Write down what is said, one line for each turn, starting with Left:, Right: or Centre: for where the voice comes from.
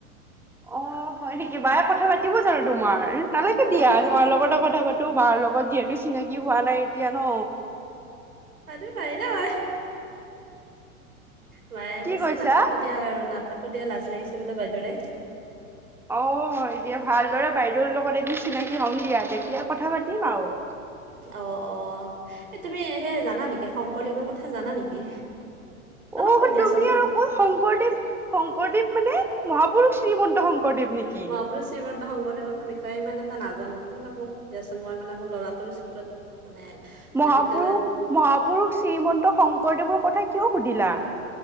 Centre: অঁ হয় নেকি, বায়ে কথা পাতিব জানো তোমাৰ? নালাগে
Right: অ
Centre: দিয়া,
Right: পাতিব
Centre: তোমাৰ লগতে
Right: পাত
Centre: কথা পাতো বাৰ লগত যিহেতু চিনাকি হোৱা নাই এতিয়া ন।
Right: পাতিব পাৰিলা হয়। বায়ে
Centre: কি
Right: কৈছে
Centre: কৈছা
Right: নাপাতো দিয়া আৰু নাপাতো দিয়া লাজ লাগিছে বোলে বাইদেউলে।
Centre: অঁ' হয় দিয়া ভালদৰে বাইদেউৰ লগত এদিন চিনাকি হম দিয়া, তেতিয়া কথা পাতিম আৰু।
Right: অ অ' এই তুমি সেই জানা নেকি শংকৰদেৱৰ কথা জানা নেকি? অলপ
Centre: অ',
Right: কৈ দিয়াচোন।
Centre: তুমি আৰু শংকৰদেৱ শংকৰদেৱ মানে, মহাপুৰুষ শ্ৰীমন্ত শংকৰদেৱ। নেকি
Right: মহাপুৰুষ- শ্ৰীমন্ত শংকৰদেৱৰ মই বিষয়ে ইমান এটা নাজানো, তুমি অলপ মোক দিয়াচোন মই মানে মোৰ ল'ৰাটোৰ স্কুলত- মানে- মানে
Centre: মহাপুৰুষ
Right: বিদ্যালয়ত
Centre: মহাপুৰুষ শ্ৰীমন্ত শংকৰদেৱৰ কথা কিয় সুধিলা?